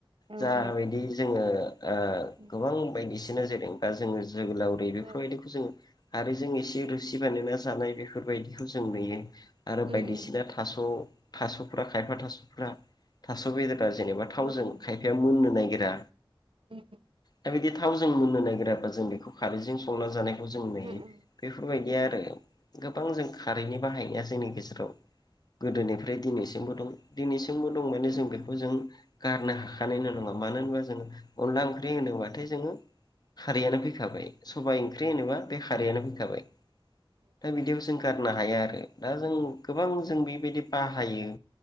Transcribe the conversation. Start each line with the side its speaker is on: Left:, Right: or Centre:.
Right: औ
Left: जाबायदि
Right: औ
Left: जोङो ओ
Right: उम
Left: गोबां बायदिसिना जेरै जादों बा जोङो जोगलावरि बेफोरबायदि
Right: औ
Left: जों आरोजों एसे रोसि बानाय ना जानाय बेफोरबायदिखौ जों नुयो आरो
Right: उम
Left: बायदिसिना
Right: उम
Left: थास थासफ्रा खायफा थासफ्रा थास बेदरा जेनेबा थावजों
Right: औ औ
Left: खायफाया मोननो नागिरा
Right: उम
Left: दा बिदि थाव जों मोनुनो नागिराबा जों बेखौ खारैजों संना जानायखौ जों नुयो
Right: उम
Left: बेफोरबायदिया
Right: उम
Left: आरो गोबां जों खारैनि बाहायनाया जोंनि गेजेराव गोदोनिफ्राय दिनैसिमबो दं दिनैसिमबो दं
Right: उम
Left: माने
Right: उम
Left: जों बेखौ जों गारनो हाखानायनो नङा मानो होनबा जोङो अनला ओंख्रि होनोब्लाथाय जोङो खारैयानो फैखाबाय सबाइ ओंख्रि होनोबा बे खारैयानो फैखाबाय दा बिदियाव जों गारनो हाया आरो दा जों गोबां जों बेबायदि बाहायो